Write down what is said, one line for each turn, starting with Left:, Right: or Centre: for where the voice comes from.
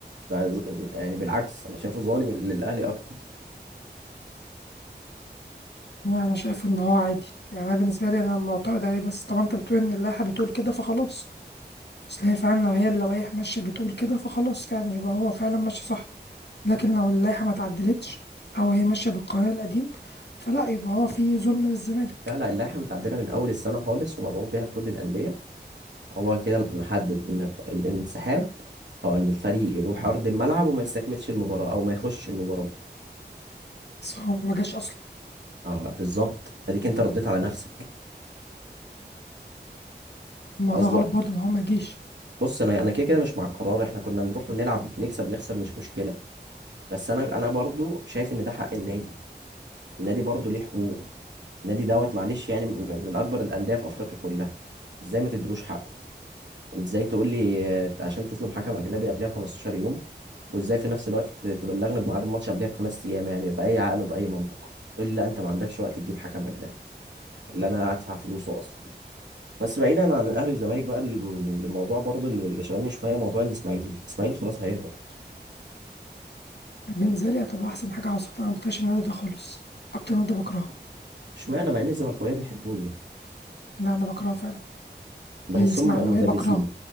Right: ده يعني بالعكس انا شايفه ظالم للاهلي اكتر
Left: انا أنا شايف ان هو عادي يعني انا بالنسبه لي انا معترض عليه بس طبعا انت بتقول ان اللائحه بتقول كده فخلاص تلاقي فعلا لو هي اللوائح ماشية بتقول كده فخلاص فعلا يبقى هو فعلا ماشي صح لكن لو اللائحة ما تعدلتش أو هي ماشية بالقانون القديم فلا يبقى هو في ظلم للزمالك
Right: لا لا اللائحة متعدلة من أول السنة خالص ومبعوث بيها لكل الأندية هو كده محدد إن ال- الانسحاب هو إن الفريق يروح أرض الملعب وما يستكملش المباراة أو ما يخشش المباراة
Left: بس هو ما جاش أصلا
Right: آه بالظبط أديك أنت رديت على نفسك
Left: الموضوع
Right: أصبح
Left: غلط برضه إن هو ما جيش
Right: بص أنا أنا كده كده مش مع القرار إحنا كنا نروح ونلعب نكسب نخسر مش مشكلة بس أنا أنا برضو شايف إن ده حق النادي النادي برضو ليه حقوق النادي دوت معلش يعني من من أكبر الأندية في أفريقيا كلها إزاي ما تدلوش حقه انت ازاي تقول لي آه، عشان تطلب حكم اجنبي قبلها ب 15 يوم وازاي في نفس الوقت ت- تبلغني بميعاد الماتش قبلها بخمس ايام يعني باي عقل وباي منطق تقول لي لا انت ما عندكش وقت تجيب حكم اجنبي اللي انا هدفع فلوسه اصلا بس بعيدا عن الاهلي والزمالك بقى الم- الموضوع برضو اللي اللي شغلني شويه موضوع الاسماعيلي الاسماعيلي خلاص هيهبط
Left: بالنسبة لي هتبقى أحسن حاجة حصلت أنا ما بطيقش النادي ده خالص أكتر نادي بكرهه
Right: اشمعنى مع ان الزملكاويه بيحبوه ايه
Left: لا أنا بكرهه فعلا
Right: بحسهم
Left: الإسماعيلاوية
Right: مدلسين
Left: بكرهه